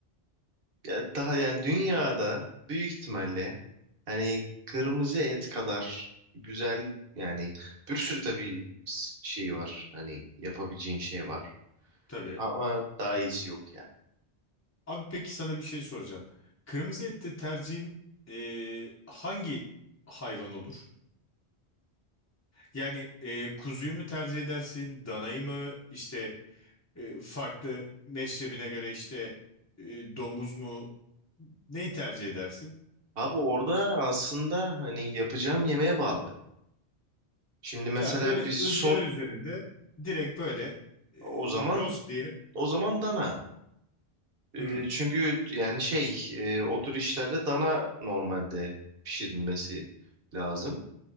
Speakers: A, on the right; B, on the left.
A: Ya daha yani dünyada büyük ihtimalle hani kırmızı et kadar güzel yani bir sürü tabii s- şey var. Hani yapabileceğin şey var.
B: Tabii.
A: Ama daha iyisi yok ya.
B: Abi peki sana bir şey soracağım. Kırmızı ette tercihin e, hangi hayvan olur? Yani e, kuzuyu mu tercih edersin, danayı mı? İşte e, farklı meşrebine göre işte e, domuz mu? Neyi tercih edersin?
A: Abi orada aslında hani yapacağım yemeğe bağlı. Şimdi mesela
B: Ya böyle
A: bir sos
B: ızgara üzerinde direkt böyle e,
A: o zaman
B: cos diye.
A: O zaman dana. Ee,
B: Hmm,
A: çünkü yani şey e, o tür işlerde dana normalde pişirilmesi lazım.